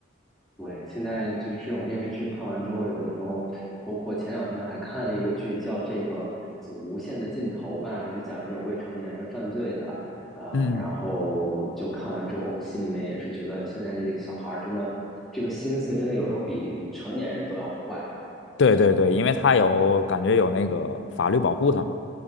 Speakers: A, in the centre; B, on the left.
A: 对。现在就是这种电视剧看完之后，有的时候，包括前两天还看了一个剧，叫这个《无限的尽头》吧，就讲这种未成年人犯罪的。呃，
B: 嗯
A: 然后就看完之后，心里面也是觉得现在这个小孩儿真的，这个心思真的有时候比成年人都要坏。
B: 对对对，因为他有感觉有那个法律保护他嘛。